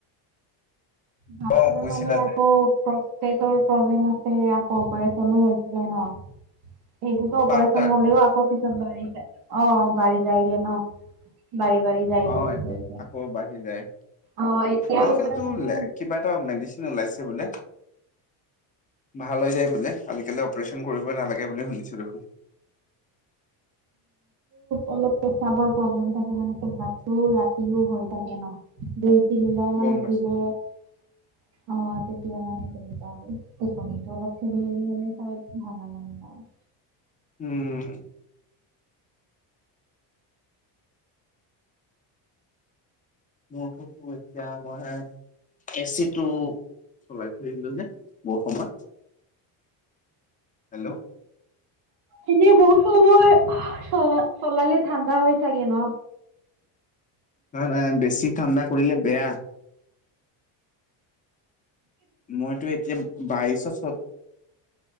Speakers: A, on the right; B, on the left.
A: ভাত
B: অ
A: হয়
B: কৈছিলা
A: মানে আকৌ
B: যে
A: পেটৰ প্ৰব্লেম আছে আকৌ অপাৰচনো হৈছিলে ন সেইটো অপাৰেচন
B: বাৰটাত
A: হ'লেও আকৌ পিছত বাঢ়ি যায় অ বাঢ়ি যায়গে ন বাঢ়ি বাঢ়ি যাইগে
B: অ
A: বুলি কৈছে
B: আকৌ বাঢ়ি যায়
A: অ এতিয়াও
B: আজিকালিতো
A: তাৰ মানে
B: কিবা এটা মেডিচেন ওলাইছে বোলে ভাল হৈ যায় বোলে আজিকালি অপাৰচন কৰিবই নালাগে বুলি শুনিছোঁ দেখোন
A: অলপ পেচাবৰ প্ৰব্লেম থাকে মানে পেচাবটো ৰাতিও হৈ থাকে ন দুই তিনিবাৰ মান
B: গম
A: উঠিলে
B: পাইছো
A: অ তেতিয়া মানে তেনেকুৱা আৰু টোপনিটো অলপ খেলি মেলি হ' লে ত ভাল নালাগে আৰু
B: উম মোৰ আক পঠিয়াব হে এ চি টো চলাই থৈ আহিলো যে বহুত সময় হেল্ল'
A: এনে বহুত সময় চল চলালে ঠাণ্ডা হৈ থাকে ন
B: নহয় নহয় বেছি ঠাণ্ডা কৰিলে বেয়া মইতো এতিয়া বাইচত